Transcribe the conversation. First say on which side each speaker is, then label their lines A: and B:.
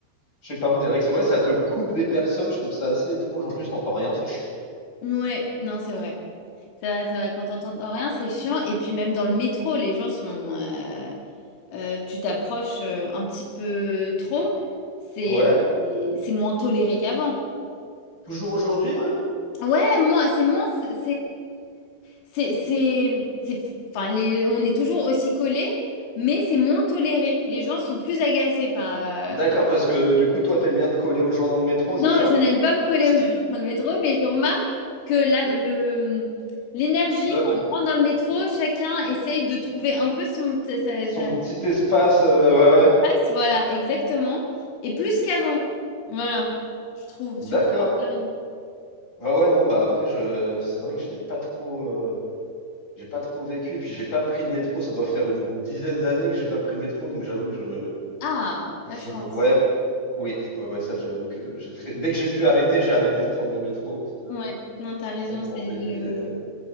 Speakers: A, on the left; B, on the left.
A: Je sais pas, on dirait que c'est ouais, ça te coupe des personnes, je trouve ça assez étrange. En plus, t'entends rien, c'est chiant.
B: Ouais, non, c'est vrai. C'est vrai, c'est vrai. Quand t'entends rien, c'est chiant. Et puis même dans le métro, les gens sont... euh, euh, tu t'approches euh, un petit peu trop, c'est
A: Ouais?
B: c'est moins toléré qu'avant.
A: Toujours aujourd'hui, ouais?
B: Ouais, moi, c'est moins, c'est, c'est, c'est, c'est- enfin, les- on est toujours aussi collés, mais c'est moins toléré. Les gens sont plus agacés par.
A: D'accord,
B: euh,
A: parce que du coup, toi, t'aimes bien te coller aux gens dans le métro, c'est
B: Non,
A: ça?
B: je n'aime pas me coller
A: <laughs>
B: aux gens dans le métro, mais je remarque que la, le, l'énergie
A: Euh,
B: quand on rentre dans le métro, chacun essaye de trouver un peu son, sa,
A: Son
B: sa-
A: petit espace, euh, ouais, ouais.
B: passe, voilà, exactement. Et plus qu'avant. Voilà, je trouve,
A: D'accord.
B: surtout à Paris.
A: Ouais, ouais, non, bah après, je, c'est vrai que je l'ai pas trop. euh, J'ai pas trop vécu, et puis j'ai pas pris de métro. Ça doit faire une dizaine d'années que j'ai pas pris de métro, donc j'avoue que
B: Ah,
A: je,
B: la
A: je,
B: chance.
A: ouais, oui, ouais, ouais, ça, j'avoue que j'ai très, dès que j'ai pu arrêter, j'ai arrêté de prendre le métro. parce que
B: Ouais, non, t'as raison,
A: Ça m'a
B: c'est
A: embêté.
B: le...
A: euh.